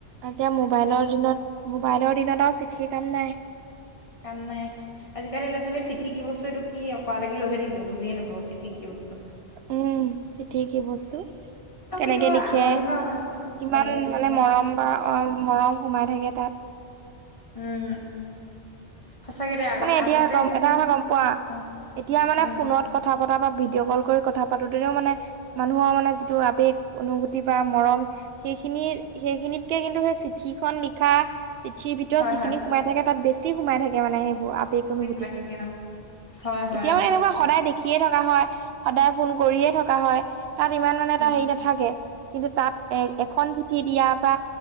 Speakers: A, on the right (about 70°); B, on the left (about 30°).
A: এতিয়া মোবাইলৰ দিনত, মোবাইলৰ দিনত আৰু চিঠিৰ কাম নাই।
B: কাম নাই। আজিকালি ল'ৰা-ছোৱালীয়ে চিঠি কি বস্তুটো কি অকৰা লাগি ৰৈয়ে থাকিব বুজিয়ে নাপাব চিঠিক কি বস্তু।
A: উম, চিঠি কি বস্তু
B: আৰু
A: কেনেকে
B: কিন্তু
A: লিখে,
B: আগৰ দিনৰ
A: কিমান
B: কেনেকে লিখে
A: মানে মৰম বা মৰম সোমাই থাকে তাত।
B: উম। সঁচাকে দে আগ
A: মানে এতিয়া
B: আগতে
A: গম
B: কিন্তু
A: এটা কথা
B: মানে
A: গম পোৱা?
B: অ
A: এতিয়া মানে
B: উম
A: ফোনত কথা পতা বা ভিডিঅ' কল কৰি কথা পাতোতেও মানে মানুহৰ মানে যিটো আৱেগ, অনুভূতি বা মৰম সেইখিনি, সেইখিনিতকে কিন্তু সেই চিঠি খন লিখা চিঠিৰ ভিতৰত
B: হয়
A: যিখিনি
B: হয়
A: সোমাই থাকে তাত বেছি সোমাই থাকে মানেহেইবোৰ আৱেগ, অনুভূতিবোৰ।
B: সোমাই থাকে অ হয় হয়
A: এতিয়াও
B: অ
A: এনেকুৱা সদায় দেখিয়ে থকা হয়, সদায় ফোন কৰিয়ে থকা হয়, তাত ইমান মানে এটা
B: উম
A: হেৰি নাথাকে। কিন্তু তাত এ এখন চিঠিত দিয়াৰ পা